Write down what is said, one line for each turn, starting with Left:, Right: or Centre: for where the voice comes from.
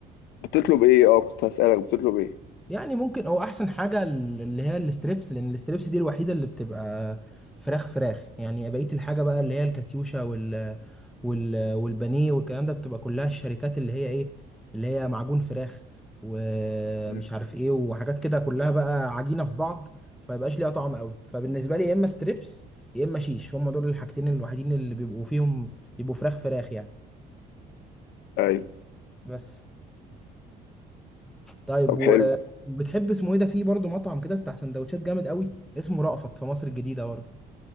Left: بتطلب ايه اه كنت هسألك بتطلب ايه
Centre: يعني ممكن هو احسن حاجه ال- اللي هي الستريبس لان الستريبس دي الوحيده اللي بتبقى فراخ فراخ يعني بقيه الحاجه بقى اللي هي الكاتيوشا وال وال والبانيه والكلام ده بتبقى كلها الشركات اللي هي ايه اللي هي معجون فراخ ومش
Left: مم.
Centre: عارف ايه وحاجات كده كلها بقى عجينه في بعض فمبقاش ليها طعم قوي فبالنسبه لي يا اما ستريبس يا اما شيش هم دول الحاجتين الوحيدين اللي بيبقوا فيهم بيبقوا فراخ فراخ يعني
Left: ايوه
Centre: بس طيب
Left: طب
Centre: و-
Left: حلو
Centre: وبتحب اسمه ايه ده في برضه مطعم كده بتاع سندوتشات جامد قوي اسمه رأفت في مصر الجديدة برضه